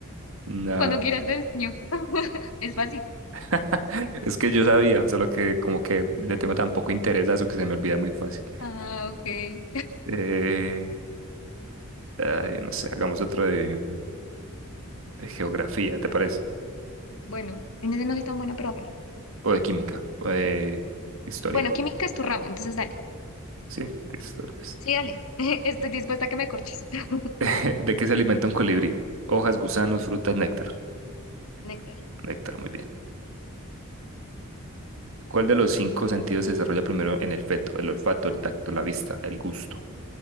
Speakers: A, on the right; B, on the left.
A: no.
B: Cuando quieras te enseño. <laughs> Es fácil.
A: <laughs> Es que yo sabía, solo que como que le tengo tan poco interés a eso que se me olvida muy fácil.
B: Ah, ok.
A: Eh, ay, no sé, hagamos otro de, mm, de geografía, ¿te parece?
B: Bueno, en ese no soy tan buena, pero hágale.
A: O de química, o de historia.
B: Bueno, química es tu rama, entonces dale.
A: Sí, de historia, pues.
B: Sí, dale. <laughs> Estoy dispuesta a que me corches. <laughs>
A: <laughs> ¿De qué se alimenta un colibrí? Hojas, gusanos, frutas, néctar.
B: Néctar.
A: Néctar, muy bien. ¿Cuál de los cinco sentidos se desarrolla primero en el feto? El olfato, el tacto, la vista, el gusto.